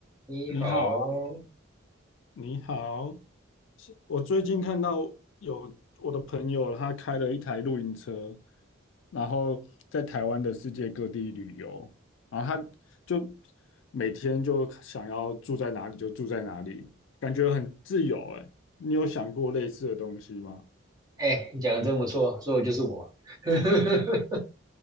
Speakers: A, on the right (about 20°); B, on the left (about 65°).
A: 你好，
B: 你好，你好，是我最近看到有我的朋友，他开了一台露营车，然后在台湾的世界各地旅游，然后他就每天就想要住在哪里就住在哪里，感觉很自由哎。你有想过类似的东西吗？
A: 哎，你讲的真不错，说的就是我。<laughs> 呵呵呵。